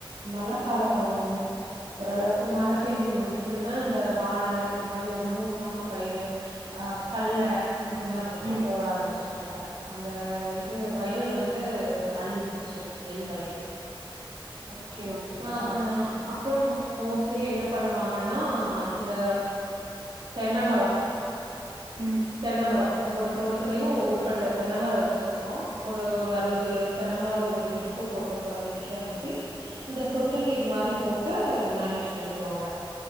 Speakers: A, on the right; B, on the right.
A: மழை காலம் ஓரளவுக்கு மழை பேஞ்சு முடிச்சுனா அந்த வாழ ஒரு மூணு மாச பயிரு ஆஹ கல்ல
B: ம்
A: இது மாரி மட்டும்
B: ம்
A: போட ஆரம்பிச்சுட்டாங்க அந்த இது வயல் வந்து அழிஞ்சிருச்சு நெல் வயல்
B: ஓகே ஓகே
A: ஆஹ
B: ஆ
A: அஹ ஹ அப்புறம் மோஸ்ட்லி என்ன பண்ணுவாங்கன்னா இந் த தென்ன மரம்
B: ம்
A: தென்னமரம் ஒவ்வொரு தோட்டத்துலயும் ஊற்பட்ட தென்னமரம் வச்சிருக்கோம் ஒரு ஒரு அறுபது எழுவது தென்னமர ஒவ்வொரு வீட்டுக்கு கூப்புறவங்க வச்சிருக்காங்காட்டி இந்த சொட்டு நீர் மாரி போட்டு மேனேஜ் பண்ணிக்குவாங்க